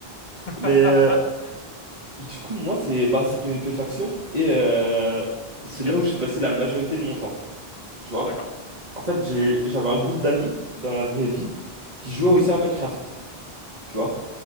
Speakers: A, on the left; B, on the right.
A: <laughs>
B: Mais euh, du coup, moi, c'est bah, c'est PVP faction et euh, c'est
A: Ok,
B: là où j'ai passé la majorité de mon temps. Tu vois?
A: d'accord.
B: En fait, j'ai, j'avais un groupe d'amis dans la vraie vie qui jouaient
A: Mhm.
B: aussi à Minecraft. Tu vois?